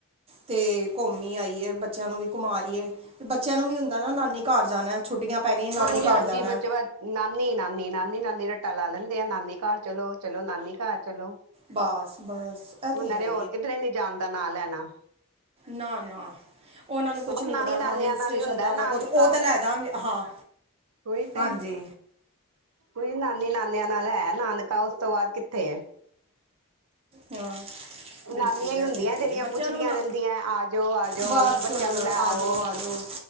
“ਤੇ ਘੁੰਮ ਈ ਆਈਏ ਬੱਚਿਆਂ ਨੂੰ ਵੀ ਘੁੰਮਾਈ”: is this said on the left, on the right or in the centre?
Right